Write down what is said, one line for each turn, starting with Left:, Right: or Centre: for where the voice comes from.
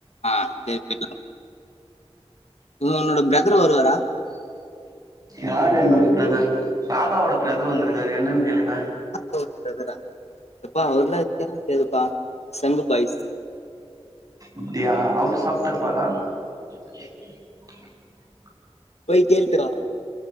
Left: ஆ சரி போயிட்லா உன்னோட பிரதர் வருவாரா
Right: யாரு என்னோட பிரதர் ராதாவோட பிரதர் வந்திருக்காரு என்னன்னு கேளுங்க
Left: <inaudible> பிரதரா எப்பா அவர்லா <unintelligible> ப்பா சங்கு பாய்ஸ்
Right: அப்டியா அவரு சாப்டாரு <inaudible>
Left: போய் கேள்திறா